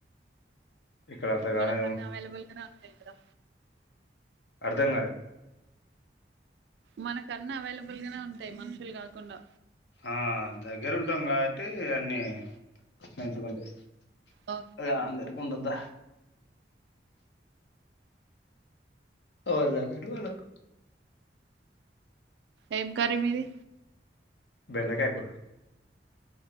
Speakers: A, on the left; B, on the right.
A: ఇక్కడ అంతగానే
B: మనకన్నీ అవైలబుల్ గానే ఉంటాయ్ కదా
A: అర్ధంగాలే
B: మనకన్న అవైలబుల్ గానే ఉంటాయి మనుషులు కాకుండా
A: ఆ దగ్గర ఉంటాం కాబట్టి అన్నీ మంచుగుంటెయ్
B: ఓ,
A: అద అందరికి ఉండదా వాళ్ళ తక్కట్టు వాళ్ళకు
B: ఏం కర్రి మీది
A: బెండకాయ కూర